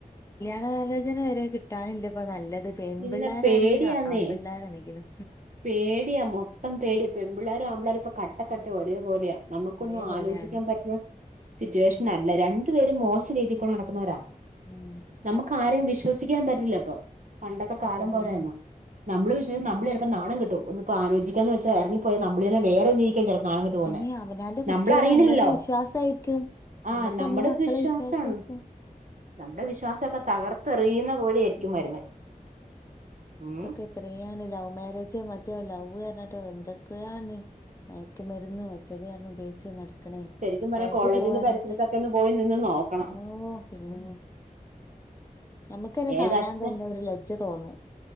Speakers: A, on the left; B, on the right.
A: ആണലോചന വരെ കിട്ടാനില്ല ഇപ്പ നല്ലത് പെൺ
B: ഇല്ല
A: പിിള്ളേരാ
B: പേടിയാന്നേ
A: ആണെങ്കിലും ആ പിള്ളേരാ ആണെങ്കിലും
B: പേടിയാ മൊത്തം പേടിയാ പെൺ പിിള്ളേരും ആമ്പളേർ ഇപ്പൊ കട്ടക്കട്ട ഒരേപോലെയാ നമുക്കൊന്നും
A: ഒരേ പോലെയാണ്
B: ആലോചിക്കാൻ പറ്റുന്ന സിറ്റുവേഷനല്ല
A: ഉം
B: രണ്ടു പേരും മോശം രീതിൽക്കൂടെ നടക്കുന്നവരാാണ്
A: ഉം
B: നമുക്ക് ആരെയും വിശ്വസിക്കാൻ പറ്റില്ല ഇപ്പൊ പണ്ടൊത്തെ കാലം
A: അതന്നെ
B: പോലെയന്നോ നമ്മള് വിശ്േഷം നമ്മള്െപ്പപ്പോ നാ കട്ടോ ഒന്ന്പ്പോ ആലോചിക്കാന്ന് വൊ ഇറങ്ങപ്പോ പോയാ നമ്മളെ വേറെ എങ്കും ചേർന്ന് നാളങ്ങിട്ട് പോകുന്നേ
A: അനി അവനാന്റെ
B: നമ്മൾ
A: കുട്ടികളെ
B: അറിയണല്ലോ
A: നമ്മളൊക്കെ വിശ്വാസായിരിക്കും
B: ആ
A: നമ്മക്ക്
B: നമ്മുടെൊക്കെ
A: നമ്മളെ മക്കളെ
B: വിശ്വാസമാണ്
A: വിശ്വാസായിരിക്കും
B: നമ്മുടെ വിശ്വാസമൊക്കെ തകർത്തെറിയുന്ന പോലെയായിരിക്കും
A: ഉ
B: വരുന്നേ ഉം
A: ഇതൊക്കെ എത്രണ ല മാരേജ് മറ്റോ ലവ് കഞ്ഞട്ടോ എന്തൊക്കെയാണ് മയക്കുമരുന്ന് മറ്റേത് കാരണം ഉപയോഗിച്ച് നടക്കണേ
B: ശരിക്കും പറയാ
A: കോളേജ്
B: കോളേജിന്റെ
A: പോവാനായിട്ടെ
B: പരിസരത്തൊക്കെ ഒന്ന് പോയി നിന്ന് നോക്കണം
A: ഓ പിന്ന നഞമുക്കന്നെ കാണാൻ
B: ഏതറ്റം
A: തന്നെ ഒരു ലജ്ജ തോന്നും